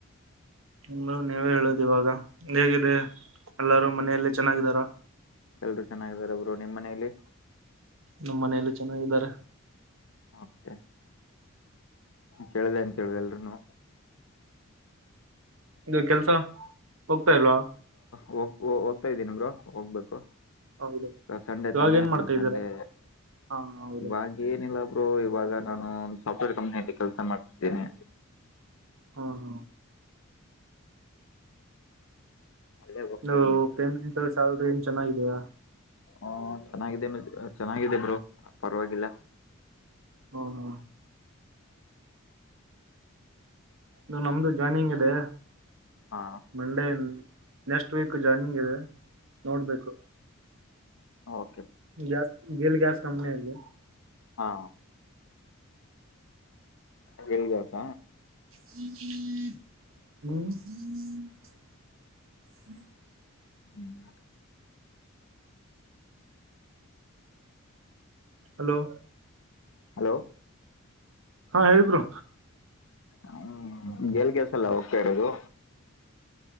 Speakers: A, on the right; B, on the left.
A: ಇಂದರು ನೀವೇ ಹೇಳುದು ಇವಾಗ ಹೇಗಿದೆ ಎಲ್ಲಾರೂ ಮನೆಯಲ್ಲಿ ಚೆನ್ನಾಗಿದ್ದಾರ
B: ಎಲ್ರು ಚೆನ್ನಾಗಾರ ಒಬ್ರು ನಿಮಮ್ಮ ಮನೇಲಿ
A: ನಮ್ಮ ಮನೆಯಲ್ಲಿ ಚೆನ್ನಾಗಿದ್ದಾರೆ
B: ಮತೆ ಕೇಳಿದೆ ಅಂತ ಹೇಳುದಲ್ರುೂನು
A: ಇ ಕೆಲ್ಸ ಹೋಗ್ತಾ ಇಲ್ವಾ
B: ಹೋಗ ಹೋಗ್ತಾ ಇದ್ದೀ ಬ್ರೊ ಹೋಗ್ಬೇಕು
A: ಹೌದು
B: ಸಂಡೆ
A: ಇವಾಗ
B: ತಾನೇ
A: ಏನ್ ಮಾಡ್ತಾ
B: ಸಂಡೇ
A: ಇದ್ದೀರಾ ಹಾ ಹೌದಾ
B: ಇವಾಗ ಏನಿಲ್ಲ ಒಬ್ರು ಇವಾಗ ನಾನು ಒ ಸಾಫ್ಟ್ವೇರ್ ಕಂಪ್ನಿಯಲ್ಲಿ ಕೆಲಸ ಮಾಡ್ತಿದ್ದೇನೆ
A: ಹಾ ಹಾ
B: ಅಲ್ಲೇ ಹೋಗ್ತಾ
A: ನ
B: ಇದ್ದೀನಿ
A: ಪ್ರೇಮಿಂತ ಸ್ಯಾಲ್ರಿ ಏನ್ ಚೆನ್ನಾಗಿದೆಯಾ
B: ಹ ಚೆನ್ನಾಗಿದೆ ಚೆನ್ನಾಗಿದೆ ಬ್ರೋ ಪರವಾಗಿಲ್ಲ
A: ಹ್ಮ ಹಾ ಇದು ನಮ್ದು ಜಾಯ್ನಿಂಗ್ ಇದೆ
B: ಹಾ
A: ಮಂಡೇ ನೆಕ್ಸ್ಟ್ ವೀಕ್ ಜಾಯಿನಿಂಗ್ ಇದೆ ನೋಡ್ಬೇಕು
B: ಓ
A: ಗ್ಯಾಸ್ ಗಲ್ ಗ್ಯಾಸ್ ಕಂಪನ ಅಲ್ಲಿ
B: ಹಾ ಲ್ ದಸ
A: ಹ್ಮ್
B: ಹ್ಮ್
A: ಹಲೋ
B: ಹಲೋ
A: ಹಾ ಹೇಳಿದರು
B: ಹ್ಮ್ ಗೆಲ್ ಕೆಲ್ಸಲ್ಲ ಹೋಗ್ತಾ ಇರೋದು